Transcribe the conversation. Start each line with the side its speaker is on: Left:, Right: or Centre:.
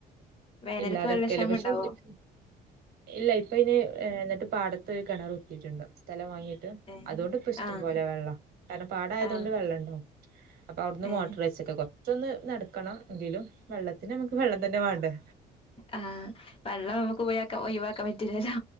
Left: വേനല്ക്ക്
Right: ഇല്ലാതെക്കല്
Left: വെള്ള ക്ഷാമ
Right: പക്ഷെ
Left: ഇണ്ടാവോ?
Right: ഇല്ല ഇപ്പൊ ഇനി എന്നിട്ട് പാടത്ത് ഒരു കിണർ കുത്തിയിട്ടുണ്ട് സ്ഥലം വാങ്ങി്
Left: ഏ
Right: അതുകൊണ്ട് ഇപ്പ ഇഷ്ടം
Left: ആഹ്
Right: പോലെ വെള്ളം കാരണം പാടായതുകൊണ്ട്
Left: ആഹ്
Right: വെള്ളം ഇണ്ടാവും. അപ്പൊ അവിടുന്ന്
Left: ഏ
Right: മോട്ടർ വച്ചക്ക കൊറച്ചൊന്ന് നടക്കണം എങ്കിലും വെള്ളത്തിന് നമുക്ക് വെള്ളം തന്നെ വണ്ടേ?
Left: ആഹ് വെള്ളം നമുക്ക്ഴക്ക ഒഴിവാക്കാൻ പറ്റൂല്ലല്ലോ?